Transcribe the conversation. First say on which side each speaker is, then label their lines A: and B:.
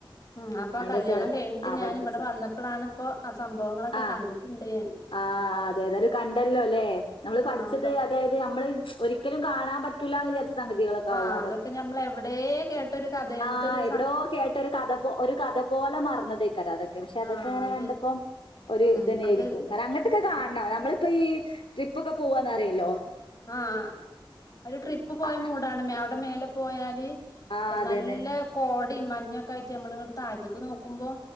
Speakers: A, on the left; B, on the left.
A: ഉം അപ്പൊ
B: അതിന
A: കല്യാണം കഴിഞ്ഞിട്ട്
B: ആ
A: ഞാൻ
B: പഠിപ്പിച്ച
A: ഇവിടെ വന്നപ്പോഴാണ് ഇപ്പോ ആ സംഭവങ്ങളൊക്കെ
B: ആ
A: കണ്ടിട്ടുണ്ട് ഞാന്
B: ആ അതെ അതരു കണ്ടല്ലോ അല്ലെ നമ്മള്
A: ആ
B: പഠിച്ചത്
A: അതെ
B: അതായത് നമ്മള് ഒരിക്കലും കാണാൻ പറ്റൂല്ല എന്ന് വിചാരിച്ച സംഗതികളൊക്കെ
A: ആ
B: ആവും
A: അതൊക്കെ ഞമ്മൾ എവിടെ കേട്ടൊരു കഥ <unintelligible>
B: ആ
A: ത്തൊരു
B: എവിടോ കേട്ട ഒരു കഥ ഒരു കഥ പോലെ മറന്നതേക്കാരോ അതൊക്കെ പക്ഷെ അതൊക്കെ
A: ആ
B: അങ്ങനെ കണ്ടപ്പോം
A: അത്
B: ഒരു
A: ഉം
B: ഇത് തന്നെയായിയിരിക്കും
A: അത്
B: കാരണം അങ്ങനത്തൊക്കെ
A: ഉം
B: കാണ നമ്മൾ ഈ ട്രിപ്പ് ഒക്കെ പോവാന്ന് അറിയില്ലോ
A: ആ ഒരു ട്രിപ്പ് പോയ
B: ആ
A: മൂടാണ് അവിടെ മേലെ പോയാല്
B: ആ അതന്നെ
A: നല്ല കോട ഇ മഞ്ഞൊക്കെ ആട്ട് നമ്മൾ <unintelligible> താഴുക്ക് നോക്കുമ്പോൾ